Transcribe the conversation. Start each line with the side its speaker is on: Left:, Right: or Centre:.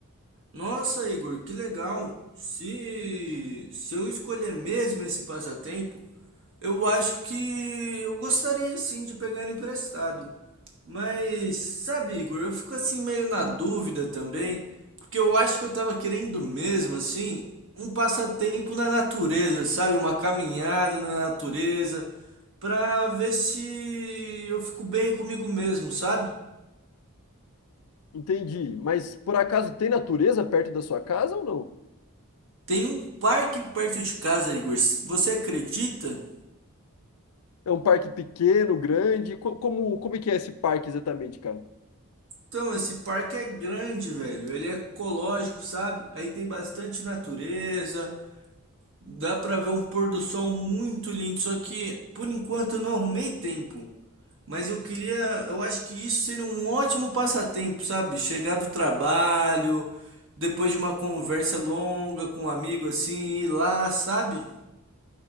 Right: Nossa, Igor, que legal! Se, se eu escolher mesmo esse passatempo, eu acho que eu gostaria sim de pegar emprestado. Mas, sabe, Igor, eu fico assim meio na dúvida também, porque eu acho que eu tava querendo mesmo, assim, um passatempo na natureza, sabe? Uma caminhada na natureza, pra ver se eu fico bem comigo mesmo, sabe?
Left: Entendi. Mas por acaso tem natureza perto da sua casa ou não?
Right: Tem um parque perto de casa, Igor. Você acredita?
Left: É um parque pequeno, grande? Co- Como, como é que é esse parque exatamente, cara?
Right: Então, esse parque é grande, velho. Ele é ecológico, sabe? Aí tem bastante natureza. Dá pra ver um pôr do sol muito lindo. Só que, por enquanto, eu não arrumei tempo. Mas eu queria. Eu acho que isso seria um ótimo passatempo, sabe? Chegar do trabalho, depois de uma conversa longa com um amigo assim, ir lá, sabe?